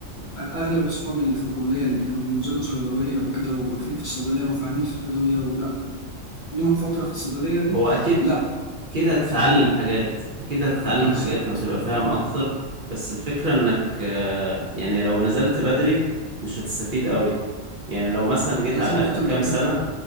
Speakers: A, on the left; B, on the right.
A: أغلب أصحابي اللي في الكلية اللي كانوا بينزلوا صيدلية وكده وواقفين في الصيدلية وفاهمين في الأدوية ولأ ليهم فترة في الصيدلية دي
B: هو اكيد
A: لأ
B: كده هتتعلم
A: فاهمين
B: حاجات اكيد هتتعلم
A: بالظبط
B: حاجات وهتبقى فاهم اكتر بس الفكرة انك آه، يعني لو نزلت بدري مش هتستفيد قوي يعني لو مثلا جيت
A: أنا
B: على
A: زي ما
B: اخر
A: قلت لك
B: كام
A: كده
B: سنة